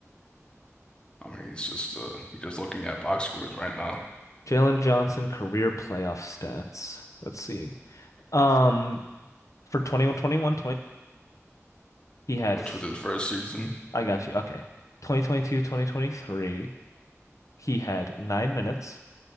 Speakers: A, on the left; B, on the left.
A: I mean, he's just uh, he's just looking at box scores right now,
B: Jalen Johnson career playoff stats. Let's see. Um, for 2121, he had,
A: which
B: f-
A: was his first season.
B: I got you. Okay. 2022, 2023, he had nine minutes,